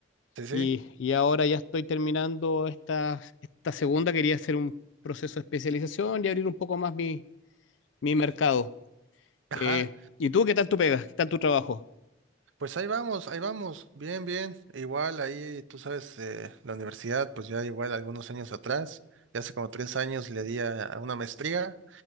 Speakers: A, on the right (about 75°); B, on the left (about 70°).
A: Sí, sí.
B: y, y ahora ya estoy terminando esta, esta segunda. Quería hacer un proceso de especialización y abrir un poco más mi, mi mercado.
A: Ajá.
B: Eh, ¿y tú qué tal tu pega? ¿Qué tal tu trabajo?
A: Pues ahí vamos, ahí vamos. Bien, bien. Igual ahí, tú sabes, eh, la universidad, pues ya igual algunos años atrás, ya hace como tres años le di a, a una maestría